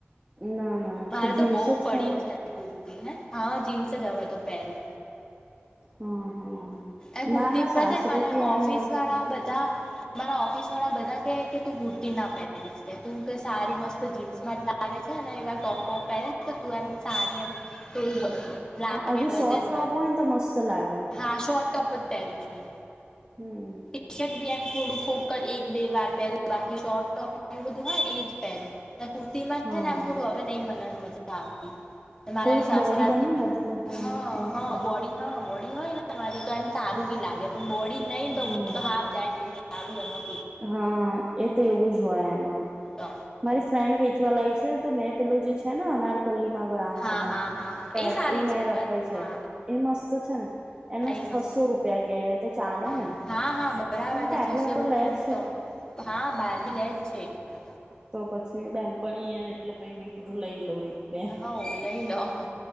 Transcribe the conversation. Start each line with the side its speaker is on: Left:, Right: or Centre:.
Right: ના ના
Left: મારે
Right: જીન્સ
Left: તો બહ
Right: જ
Left: પડી
Right: પહેરે
Left: છે કુર્તી હા જીન્સ જ હવે તો પેરું
Right: હા હા
Left: એ કુર્તી
Right: ના ના સાસરે
Left: માં ને મને
Right: થી આઈ
Left: ઓફિસ
Right: હોય
Left: વાળા
Right: તો તે
Left: બધા મારા ઓફિસ વાળા બધા કે કે તું કુર્તી ના પહેરીશ તું કે સારી મસ્ત જીન્સમાં જ લાગે. એવા ટોપ બોપ પહેરેને તું એમ સારી એમ પેલી
Right: હા
Left: વજન
Right: હજુ શોર્ટ ટોપ
Left: માર
Right: હોય ને તો મસ્ત લાગે
Left: હા શોટ. ટોપ જ પહેરું છું.
Right: હમ
Left: ટી શર્ટ બી એમ થોડું ફોક એક બે વાર પહેર બાકી શોર્ટ ટોપ બધું હોય એજ પહેરું કુર્તીમાં
Right: હા
Left: છે. ને એમ થોડું હવે નહી મજા આવતી મારા
Right: થોડુંક
Left: સાસરા
Right: બોડી બને
Left: થી
Right: ને તો મસ્ત
Left: હા હ બોડી હા બોડી હોય ને મારી તો એમ તારું બી લાગે પણ બોડી નહી તો
Right: હમ
Left: હું તો હાલ જાય તેવી લું એ
Right: હા એ તો એવું જ હોય એમાંમ
Left: તો
Right: મારી ફ્રેન્ડ વેચવા લાવી તો મેં પેલું જે છે. ને અનારકલી કલીમાં ગ્રાઉન્ડમાં
Left: હા હા હા હા
Right: પર
Left: સારી
Right: એ મે
Left: છે
Right: રખાય
Left: હા
Right: છે. એ મસ્ત છે. ને એના
Left: એ
Right: છસો
Left: મસ્ત છે
Right: રૂપિયા કે તો ચાલે
Left: હા
Right: ને
Left: હા હા બરાબર
Right: કેમ
Left: છે
Right: કે આટલા
Left: છસો
Right: તો
Left: રૂપિયાનું
Right: લેજ
Left: તો હા બહાર ભી લે જ છે. એટલે
Right: તો પછી બેનપણી એટલે પછી મે કીધું લઈ લઉ બે
Left: હવ લઈ લો